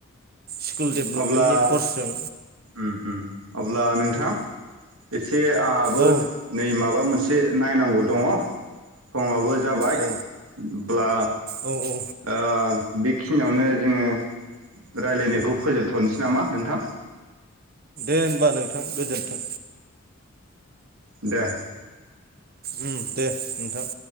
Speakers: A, on the right (about 45°); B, on the right (about 90°).
A: स्किल डेभलपमेन्टनि
B: अब्ला
A: कर्सजों
B: उम उम अब्ला नोंथां एसे आंहाबो
A: औ
B: नै माबा मोन से नायनांगौ दङ समाबो जाबाय
A: औ
B: हो <unintelligible> ब्ला
A: औ औ
B: ओ बेखिनियावनो जोङो रायलायनायखौ फोजोबथ'नोसै नामा नोंथां
A: दे होनोमबा नोंथां गोजोन्थों
B: दे
A: उम दे नोंथां